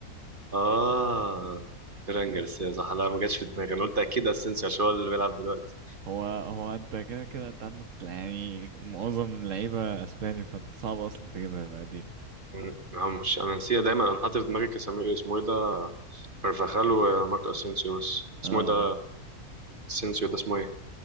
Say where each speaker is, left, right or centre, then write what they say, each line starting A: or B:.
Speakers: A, on the right; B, on the right.
A: اه فران جارسيا
B: <laughs>
A: صح لا ما جاتش في دماغي انا قلت اكيد اسينسيو عشان هو اللي بيلعب دلوقتي
B: هو هو انت كده كده انت عندك يعني معظم اللعيبة اسباني فانت صعب اصلا تجيبها بقى دي
A: م- هو مش انا نسيت دايما انا حاطط في دماغي كاسامي اسمه ايه ده كارفاخال وماركو اسينسيو بس اسمه
B: اه اه.
A: ايه ده اسينسيو ده اسمه ايه